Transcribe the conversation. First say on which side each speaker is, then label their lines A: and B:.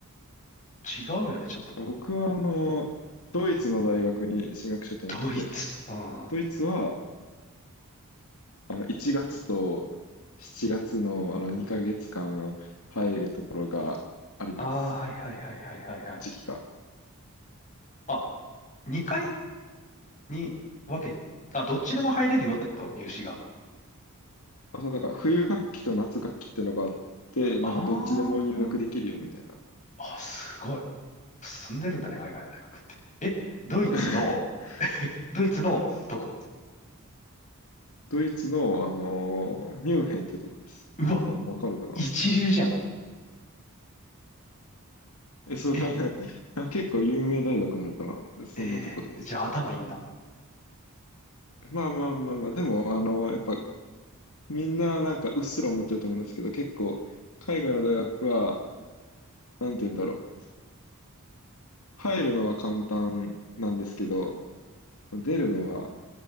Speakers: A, on the left; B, on the left.
A: 違うよね、ちょっと。
B: 僕はあの、ドイツの大学に進学しようと思ってて、
A: ドイツ。うん。あ
B: ドイツは、あの、1月と7月のあの2ヶ月間入るところがあります。
A: あ、はいはいはいはいはいはい。
B: 時期が。
A: あ、2回に分け、あ、どっちでも入れるよってこと入試が。
B: あ、そう、なんか冬学期と夏学期ってのがあって、
A: ああ、
B: なんかどっちでも入学できるよみたいな。
A: うん。あ、すごい。進んでるんだね、海外の大学って。え、ドイツの、
B: <laughs>
A: ドイツのどこ
B: ドイツの、あのーミュンヘンってとこです。
A: うわ、
B: あわかるかな
A: 一流じゃん。
B: え、そう、
A: え、
B: <laughs> 結構有名大学なのかなでそんなとこです。
A: ええじゃあ頭いいんだ。
B: まあまあまあまあ、でも、あのーやっぱみんななんかうっすら思ってると思うんですけど、結構海外の大学は、なんて言うんだろう。入るのは簡単なんですけど、出るのは